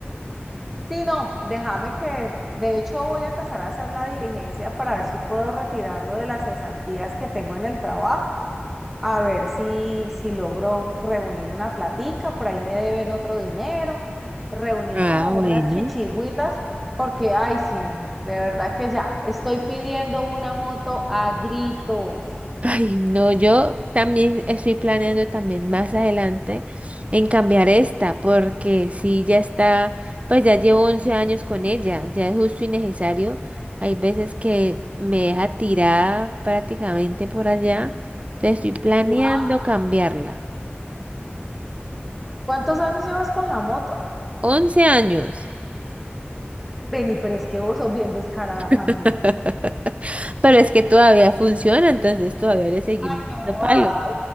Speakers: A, in the centre; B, on the right.
A: Sí, no, déjame que, de hecho, voy a empezar a hacer la diligencia para ver si puedo retirarlo de las cesantías que tengo en el trabajo a ver si, si logro reunir una platica, por ahí me deben otro dinero, reunir
B: Ah,
A: como
B: bueno.
A: unas chichigüitas, porque, ay, sí, mujer, de verdad que ya, estoy pidiendo una moto a gritos.
B: Ay, no, yo también estoy planeando también más adelante en cambiar esta, porque si ya está, pues ya llevo 11 años con ella, ya es justo y necesario. Hay veces que me deja tirada prácticamente por allá, entonces estoy planeando
A: Guau,
B: cambiarla.
A: ¿Cuántos años llevas con la moto?
B: 11 años,
A: Vení, pero es que vos sos bien descarada también.
B: <laughs> pero es que todavía funciona, entonces todavía le seguimos
A: Ay, no
B: dando
A: jodas.
B: palo.